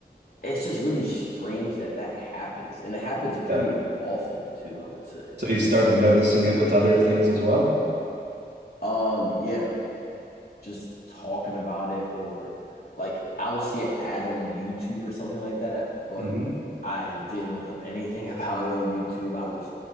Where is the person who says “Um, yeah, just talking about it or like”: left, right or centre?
Left